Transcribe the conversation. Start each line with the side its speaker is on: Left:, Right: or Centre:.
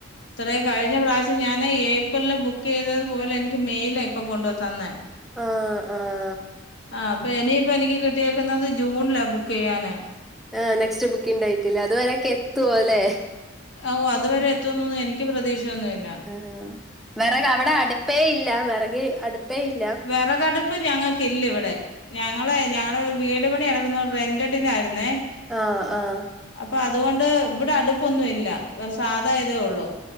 Left: ത്രേ കഴിഞ്ഞ പ്രാവശ്യം ഞാന് ഏപ്രിൽല് ബുക്കെയ്തത് പോലെ എനിക്ക് മെയ്‌ല ഇപ്പൊ കൊണ്ടു തന്നെ
Centre: ആഹ് ആഹ്
Left: ആജോലി അപ്പൊനി പ്പെനിക്ക് കിട്ടിയേക്കുന്നത് ജൂൺല ബുക്കെയ്യാന്
Centre: ആ നെക്സ്റ്റ് ബുക്കിങ് ഡേറ്റല്ലേ.. അത് വരൊക്കെ എത്തുവോ ല്ലേ
Left: ഓഹ് അത് വരെ എത്ത്വൊന്നൊന്നും എനിക്ക് പ്രതീക്ഷയൊന്നുല്ല
Centre: ഉം വെറകവിടെ അടുപ്പേ ഇല്ല വെറകി അടുപ്പേ ഇല്ല
Left: വെറകടുപ്പ് ഞങ്ങക്കില്ല ഇവിടെ ഞങ്ങള് ഞങ്ങള് ഒരു വീട് പണി എടക്കുന്ന റെന്റഡിനായിരുന്നേ
Centre: ആഹ് ആഹ്
Left: അപ്പതുകൊണ്ട് ഇവിടെ അടുപ്പൊന്നും ഇല്ല സാധായ തേ ഉള്ളൂ